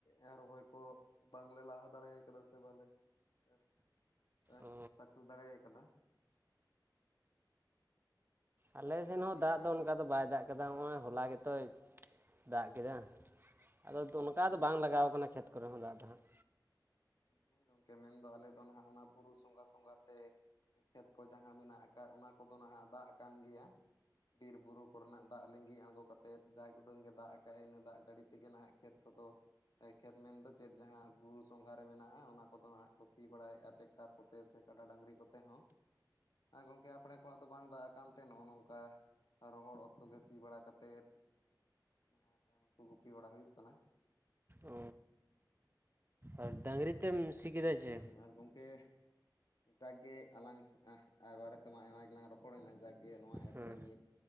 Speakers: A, on the left; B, on the right.
A: ᱮᱸ ᱨᱚᱦᱚᱭ ᱠᱚ ᱵᱟᱝᱞᱮ ᱞᱟᱦᱟ ᱫᱟᱲᱮ ᱠᱟᱫᱟ ᱥᱮ ᱵᱟᱞᱮ ᱮᱦ ᱮᱦ
B: ᱚ
A: ᱥᱟᱠᱥᱮᱥ ᱫᱟᱲᱮ ᱟᱠᱟᱫᱟ᱾
B: ᱟᱞᱮ ᱥᱮᱱ ᱦᱚᱸ ᱫᱟᱜ ᱫᱚ ᱚᱱᱠᱟ ᱫᱚ ᱵᱟᱭ ᱫᱟᱜ ᱠᱟᱫᱟ ᱦᱚᱸᱜᱼᱚᱭ ᱦᱚᱞᱟ ᱜᱮᱛᱚᱭ ᱫᱟᱜ ᱠᱮᱫᱟ᱾ ᱟᱫᱚ ᱛᱚᱱᱠᱟ ᱫᱚ ᱵᱟᱝ ᱞᱟᱜᱟᱣ ᱠᱟᱱᱟ ᱠᱷᱮᱛ ᱠᱚᱨᱮ ᱦᱚᱸ ᱫᱟᱜ ᱫᱚ ᱦᱟᱸᱜ᱾
A: ᱦᱮᱸ ᱜᱚᱝᱠᱮ ᱢᱮᱱᱫᱚ ᱟᱞᱮ ᱫᱚ ᱱᱟᱦᱟᱜ ᱚᱱᱟ ᱵᱩᱨᱩ ᱥᱚᱸᱜᱷᱟ ᱥᱚᱸᱜᱷᱟ ᱛᱮ ᱠᱷᱮᱛ ᱠᱚ ᱡᱟᱦᱟᱸ ᱢᱮᱱᱟᱜ ᱠᱟᱜ ᱚᱱᱟ ᱠᱚᱫᱚ ᱱᱟᱦᱟᱜ ᱫᱟᱜ ᱟᱠᱟᱱ ᱜᱮᱭᱟ, ᱵᱤᱨ ᱵᱩᱨᱩ ᱠᱚᱨᱮᱱᱟᱜ ᱫᱟᱜ ᱞᱤᱸᱜᱤ ᱟᱬᱜᱚ ᱠᱟᱛᱮᱫ ᱡᱟᱠ ᱩᱰᱟᱹᱝ ᱜᱮ ᱫᱟᱜ ᱟᱠᱟᱜᱼᱮ ᱤᱱᱟᱹ ᱫᱟᱜ ᱡᱟᱹᱲᱤ ᱛᱮᱜᱮ ᱱᱟᱦᱟᱜ ᱠᱷᱮᱛ ᱠᱚᱫᱚ ᱮ ᱠᱷᱮᱛ ᱢᱮᱱ ᱫᱚ ᱪᱮᱫ ᱡᱟᱦᱟᱸ ᱵᱩᱨᱩ ᱥᱚᱝᱜᱷᱟ ᱨᱮ ᱢᱮᱱᱟᱜᱼᱟ ᱚᱱᱟ ᱠᱚᱫᱚ ᱦᱟᱸᱜ ᱠᱚ ᱥᱤ ᱵᱟᱲᱟᱭᱮᱜᱼᱟ ᱴᱮᱠᱴᱟᱨ ᱠᱚᱛᱮ ᱥᱮ ᱠᱟᱰᱟ ᱰᱟᱹᱝᱨᱤ ᱠᱚᱛᱮ ᱦᱚᱸ᱾ ᱟ ᱜᱚᱝᱠᱮ ᱟᱯᱲᱮ ᱠᱚᱣᱟᱜ ᱫᱚ ᱵᱟᱝ ᱫᱟᱜ ᱟᱠᱟᱱ ᱛᱮ ᱱᱚᱜᱼᱚ ᱱᱚᱝᱠᱟ ᱨᱚᱦᱚᱲ ᱚᱛ ᱠᱚᱜᱮ ᱥᱤ ᱵᱟᱲᱟ ᱠᱟᱛᱮᱫ ᱱᱟᱦᱟᱜ ᱮ ᱱᱩᱠᱩ ᱜᱩᱯᱤ ᱵᱟᱲᱟ ᱦᱩᱭᱩᱜ ᱠᱟᱱᱟ᱾
B: ᱚ᱾ ᱟᱨ ᱰᱟᱹᱟᱝᱨᱤ ᱛᱮᱢ ᱥᱤ ᱠᱮᱫᱟ ᱪᱮ?
A: ᱟᱨ ᱜᱚᱝᱠᱮ ᱡᱟᱠᱜᱮ ᱟᱞᱟᱝ ᱟᱸᱦ ᱟ ᱵᱟᱨᱮ ᱛᱮᱢᱟ ᱟᱭᱢᱟ ᱜᱮᱞᱟᱝ ᱨᱚᱯᱚᱲᱮᱱᱟ ᱡᱟᱠᱜᱮ ᱱᱚᱣᱟ ᱮᱯ
B: ᱦᱮᱸ
A: ᱨᱮ ᱢᱤᱫ